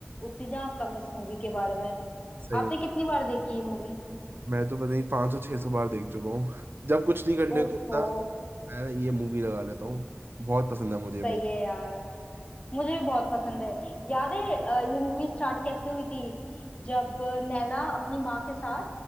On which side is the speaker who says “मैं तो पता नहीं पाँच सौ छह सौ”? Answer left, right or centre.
Right